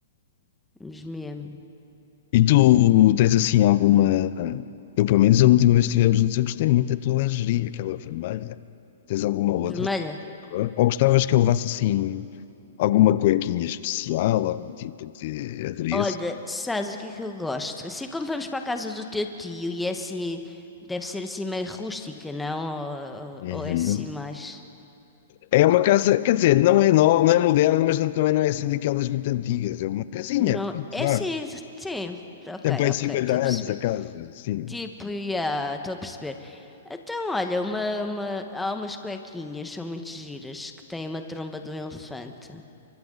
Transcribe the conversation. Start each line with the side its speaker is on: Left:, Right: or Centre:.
Centre: vamos mesmo.
Left: E tu tens assim alguma. Eu, pelo menos, a última vez que estivemos juntos, eu gostei muito da tua lingerie, aquela vermelha. Tens alguma outra
Centre: Vermelha.
Left: cor? Ou gostavas que eu levasse assim alguma cuequinha especial, algum tipo de adereço?
Centre: Olha, sabes o que é que eu gosto? Assim como vamos para a casa do teu tio e é assim, deve ser assim meio rústica, não? Ou, ou,
Left: Uhum.
Centre: ou é assim mais.
Left: É uma casa, quer dizer, não é nova, não é moderna, mas não- também não é assim daquelas muito antigas. É uma casinha,
Centre: Não,
Left: pronto,
Centre: é
Left: vá.
Centre: assim, sim. Ok,
Left: Tem bem 50
Centre: ok, estou a perceber.
Left: anos a casa, sim.
Centre: Tipo, já, estou a perceber. Então, olha, uma, uma- há umas cuequinhas, são muito giras, que têm uma tromba de um elefante